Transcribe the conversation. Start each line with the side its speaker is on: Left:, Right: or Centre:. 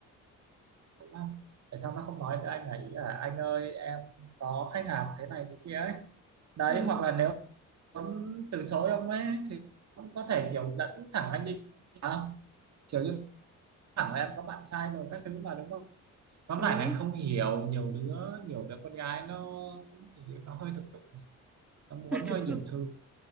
Right: đúng không? tại sao nó không nói với anh là ý là anh ơi em có khách hàng thế này thế kia ấy đấy
Centre: Ừ.
Right: hoặc là nếu muốn từ chối ông ấy thì cũng có thể kiểu dẫn thẳng anh đi à, kiểu như thẳng là em có bạn trai rồi các thứ mà đúng không tóm
Centre: Ừ.
Right: lại là anh không hiểu nhiều đứa nhiều đứa con gái nó hình nó hơi thực dụng nó muốn
Centre: <laughs> thực
Right: hơi nhiều
Centre: sự
Right: thứ